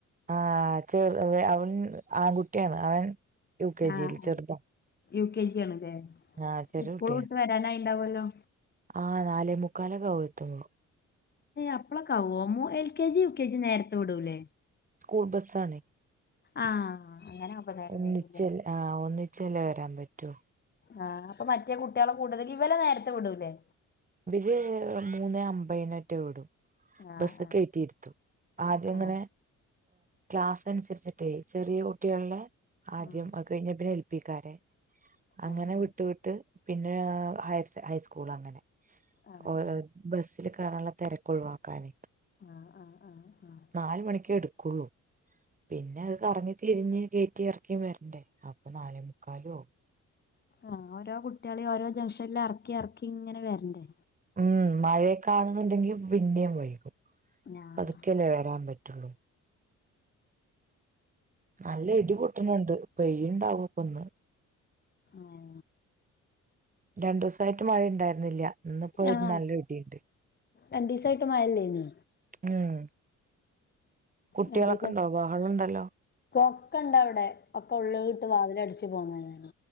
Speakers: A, on the right; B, on the left.
A: ആഹ്ചെറ അവൻ- ആൺകുട്ടിയാണ് അവൻ, യു കെ
B: ആഹ്
A: ജിയിൽ ചെറുതാ
B: ആഹ് യു. കെ. ജി ആണ് അതെ
A: ആഹ് ചെറിയ
B: സ്കൂൾ
A: കുട്ടിയാ
B: വിട്ട- വരാനായിണ്ടാവല്ലോ?
A: ആഹ് നാലെ മുക്കാല് ആവും എത്തുമ്പോ.
B: അപ്പള കാവുവോ മ L. K. G, U. K. G നേരത്തെ വിടൂല്ലേ?
A: സ്കൂൾ ബസ്സാണ്.
B: ആഹ് അങ്ങനെ. ആവുമ്പോ നേരം
A: ഒന്നിച്ച
B: വൈകൂലേ
A: ആഹ് ഒന്നിച്ചല്ല വരാൻ പറ്റോ.
B: ആഹ് അപ്പോ മറ്റേ കുട്ടികളെ- കൂടുതല ഇവല നേരത്തെ വിടൂല്ലേ?
A: ഇര് മൂന്ന് അമ്പതിനനൊറ്റ വിടും.
B: ആഹ്
A: ബസ് ക കയറ്റിയിടുത്തു ആദ്യ
B: ആഹ്
A: ഇങ്ങനെ.
B: ആഹ്
A: ക്ലാസ് അനുസരിച്ചിട്ടേ ചെറിയ കുട്ടികളുടെ. ആദ്യം
B: ഉം
A: ഒക്കെഴഞ്ഞ പിന്നെ, ഏൽപ്പിക്കാരെ. അങ്ങനെ
B: ആഹ് ഉം
A: വിട്ട്, വിട്ട് പിന്നെ ഹയർ, ഹൈസ്കൂൾ അങ്ങനെ.
B: ആഹ്
A: ഓരോ
B: ആഹ്
A: ബസ്സിൽ കയറാനുള്ള തിരക്ക് ഒഴിവാക്കാനേ.
B: ആഹ്, ആഹ്, ആഹ്, ആഹ്.
A: നാല് മണിക്ക് എടുക്കുള്ളൂ പിന്നെ അത് കറങ്ങി തിരിഞ്ഞ് കെയറ്റി എറക്കി വരണ്ടേ അപ്പൊ നാലേ മുക്കാലും ആവും
B: ആഹ് ഓരോ കുട്ടിയാളി ഓരോ ജംഗ്ഷനിൽ എറക്കിഎഇറക്കി ഇങ്ങനെ വരണ്ടേ
A: ഉം മഴയക്കാണുന്നുണ്ടെങ്കി പിന്നിം വൈകും
B: ആഹ്
A: അതക്കെല്ലേ വരാൻ പറ്റുള്ളൂ നല്ല ഇടിപൊട്ടണണ്ട് പെയ്യ്ണ്ടാവും പ്പന്ന്
B: ആഹ്
A: രണ്ടുസയിട്ട് മഴ ഉണ്ടായിരുന്നില്ല ഇന്ന്പ്പൊ ഒര്
B: ആഹ്
A: നല്ല ഇടിണ്ട്
B: രണ്ടീസായിട്ട് മഴല്ലേനി
A: ഉം കുട്ടികളൊക്കെ
B: രണ്ടിസയിട്ട്
A: ഉണ്ടോ ബഹളം ഉണ്ടല്ലോ
B: കൊക്ക ഇണ്ട അവിടെ ഒക്കെ ഉള്ളട്ട് വാതിലടിച്ച് <unintelligible>